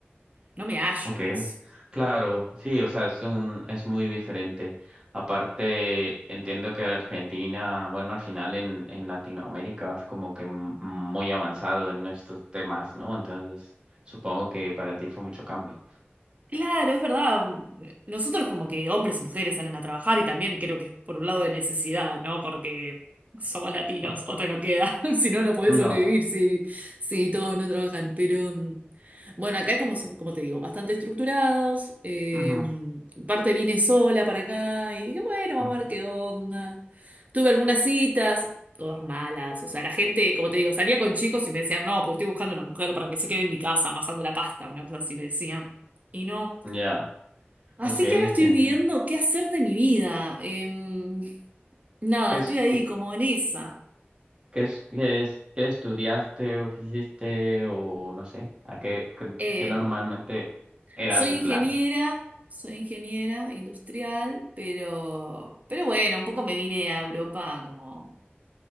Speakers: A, on the right (about 40°); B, on the right (about 20°).
A: no me hallo
B: Ok.
A: en eso.
B: Claro, sí, o sea, es un, es muy diferente. Aparte, entiendo que Argentina, bueno, al final en, en Latinoamérica es como que m- muy avanzado en estos temas, ¿no? Entonces, supongo que para ti fue mucho cambio.
A: Claro, es verdad. Nosotros como que hombres y mujeres salen a trabajar y también creo que es por un lado de necesidad, ¿no? Porque somos latinos,
B: Claro.
A: otra no queda. <laughs> Si no, no podés
B: No,
A: sobrevivir
B: también.
A: si, si todos no trabajan. Pero mm, bueno, acá como son, como te digo, bastante estructurados. eh,
B: Ujú,
A: parte vine sola para acá y dije, bueno,
B: Ok.
A: vamos a ver qué onda. Tuve algunas citas, todas malas. O sea, la gente, como te digo, salía con chicos y me decían, no, pues estoy buscando una mujer para que se quede en mi casa amasando la pasta, una cosa así me decían. Y no.
B: Ya.
A: Así
B: Ok,
A: que ahora estoy
B: entiendo.
A: viendo qué hacer de mi vida. Em, nada,
B: ¿Qué es?
A: estoy ahí como en esa.
B: ¿Qué es, qué es, qué estudiaste o qué hiciste o no sé? ¿A qué, qué,
A: Em,
B: qué normalmente era
A: soy
B: tu
A: ingeniera,
B: plan?
A: soy ingeniera industrial, pero, pero bueno, un poco me vine a Europa como